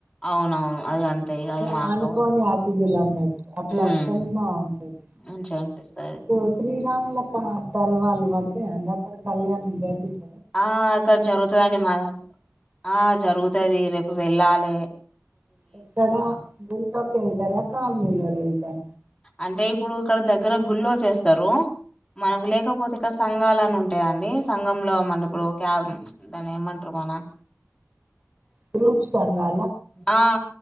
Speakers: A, on the left (about 20°); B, on the right (about 30°).
A: అవునవును అది అంతే ఇగ
B: అదే
A: అది మా అక్క
B: అనుకోని
A: వాళ్ళు
B: అతిథులు అన్నట్టు అట్ల
A: హ్మ్
B: వస్తానే బాగుంటంది
A: మంచిగా అనిపిస్తది
B: కు శ్రీరాములలకు తలవాలు వాడి తె అక్కడ కళ్యాణం జరుగుతుంది
A: ఆ ఇక్కడ జరుగుతుదండి మా ఆ జరుగుతుది రేపు వెళ్ళాలి
B: ఎక్కడ గుల్లోకి వెళ్తార కాలనీలోకి వెళ్తార
A: అంటే ఇప్పుడు ఇక్కడ దగ్గర గుళ్ళు చేస్తారు. మనకు లేకపోతే ఇక్కడ సంఘాలని ఉంటయి. ఉంటే అండి సంఘంలో మనం ఇప్పుడు క్యాబ్ దాని ఏమంటారు మన
B: గ్రూప్ సంఘలా
A: ఆ